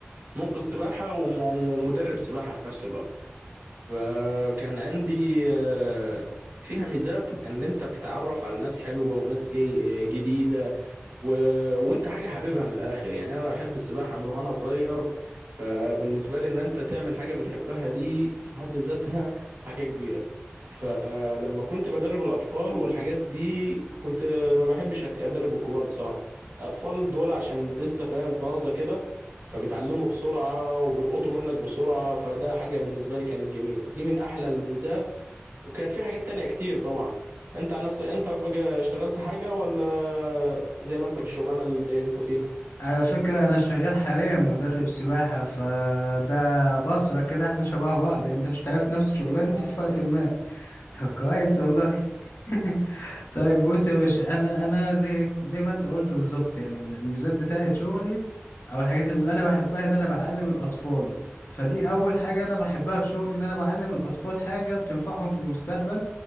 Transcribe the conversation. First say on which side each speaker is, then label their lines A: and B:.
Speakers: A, on the right; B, on the left.
A: منقذ سباحة وم- ومدرب سباحة في نفس الوقت فكان عندي آه، فيها ميزات ان انت بتتعرف على ناس حلوة وناس جاي آه، جديدة و... وانت حاجه حاببها من الاخر يعني انا بحب السباحه من وانا صغير فبالنسبه لي ان انت تعمل حاجه بتحبها دي في حد ذاتها حاجه كبيره فلما كنت بدرب الاطفال والحاجات دي كنت ما بحبش أك- ادرب الكبار بصراحه الاطفال دول عشان لسه فاهم طازه كده فبيتعلموا بسرعه وبيلقطوا منك بسرعه فده حاجه بالنسبه لي كانت جميله دي من احلى الميزات وكانت في حاجات تانية كتير طبعا انت عن نفسك انت بقى اشتغلت حاجة ولا زي ما انت في الشغلانة اللي انت فيها
B: على فكرة أنا شغال حاليا مدرب سباحة فده بصرة كده احنا شبه بعض يعني انت اشتغلت نفس شغلانتي
A: عايش
B: في وقت ما طب كويس
A: اه
B: والله <laughs> طيب بص يا باشا انا انا زي زي ما انت قلت بالظبط يعني ال- الميزات بتاعت شغلي او الحاجات اللي انا بحبها ان انا بعلم الاطفال فدي اول حاجه انا بحبها في شغلي ان انا بعلم الاطفال حاجه بتنفعهم في المستقبل